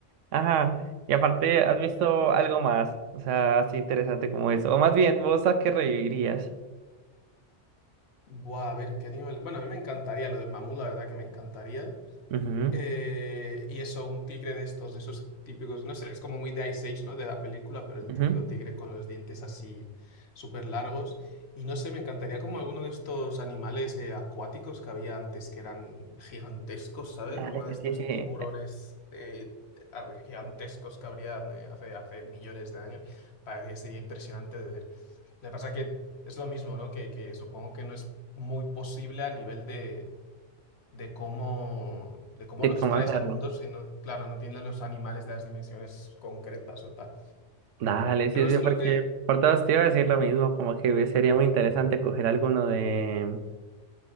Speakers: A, on the right; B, on the left.
A: Ajá, y aparte, ¿has visto algo más? O sea, así interesante como eso. O más bien, ¿vos a qué revivirías?
B: Buah, a ver qué animal. Bueno, a mí me encantaría lo del mamut, la verdad que me encantaría.
A: Ujú,
B: Eh, y eso, un tigre de estos, de esos típicos, no sé, es como muy de Ice Age, ¿no? De la película, pero el
A: ujú.
B: típico tigre con los dientes así súper largos. Y no sé, me encantaría como alguno de estos animales eh, acuáticos que había antes que eran gigantescos, ¿sabes?
A: Dale,
B: Alguno de estos
A: sí, sí. eh,
B: tiburones eh, te- algo gigantescos que habrían eh, hace, hace millones de años. Parece que sería impresionante de ver. Lo que pasa que es lo mismo, ¿no? Que, que supongo que no es muy posible a nivel de de cómo, de cómo
A: De
B: los
A: cómo
B: traes
A: hacerlo.
B: al mundo, si no claro, no tienes los animales de las dimensiones concretas o tal.
A: Dale,
B: Pero
A: sí,
B: no
A: sí,
B: sé
A: porque
B: lo que...
A: por todos te iba a decir lo mismo, como que sería muy interesante coger alguno de